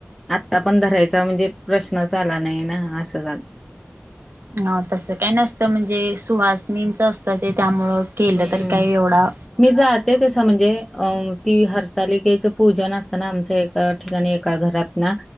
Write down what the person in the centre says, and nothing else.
आत्ता पण धरायचा म्हणजे प्रश्न ला नाही ना असं झा
हम्म
मी जाते तस म्हणजे अ ती हरतालिकेचं पूजन असताना आमचं ए ा एका घरात ना